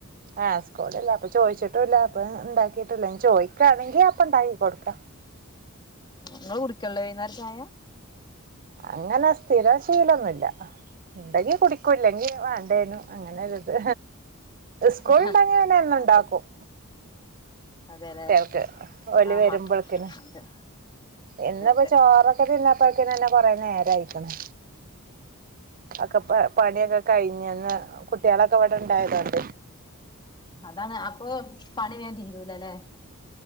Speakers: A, on the right; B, on the left.
A: ആ സ്കൂളുല്ല അപ്പൊ ചോയ്ച്ചിട്ടുല്ല അപ്പൊ ഇണ്ടാക്കി ട്ടുല ചോയ്ക്കാണെങ്കി അപ്പൊ ഇണ്ടാക്കി കൊട്ക്ക
B: നിങ്ങള് കുടിക്കല്ലെ വൈന്നര ചായ
A: അങ്ങനെ സ്ഥിര ശീലൊന്നുല്ല ഇണ്ടെങ്കി കുടി ക്കൂ ഇല്ലെങ്കി മാണ്ടെന്നു അങ്ങനൊരിത് സ്കൂൾണ്ടങ്കി
B: ആഹാ
A: ഞാന് എന്നു
B: അതെ
A: ണ്ടാക്കും
B: അതെല്ലേ
A: കുട്ട്യൾക്ക് ഓല്
B: ആമാ
A: വെരുമ്പൾക്കിന്
B: അതെ
A: ഇന്ന്പ്പ
B: അതെ അതെ
A: ചോറൊക്കെ തിന്ന് പൾക്കിനന്നെ കൊറെ നേരായിക്ക്ണ് അക്കപ്പ പണിയൊക്കെ കഴിഞ്ഞന്ന് കുട്ട്യേളൊക്കെ വട ണ്ടായതോണ്ട്
B: അതാണ് അപ്പൊ പണി വേ തീരുലല്ലേ